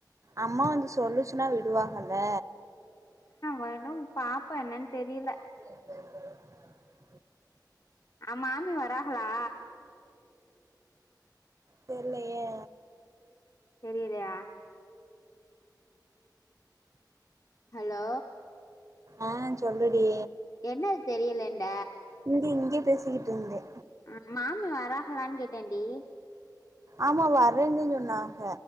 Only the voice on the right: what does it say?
அம்மா வந்து சொல்லுச்சின்னா விடுவாங்கல்ல
<inaudible>
தெர்லயே
ஆ சொல்லுடி
இங்க இங்க பேசிக்கிட்டு இருந்தே
ஆமா வர்றேன்தே சொன்னாக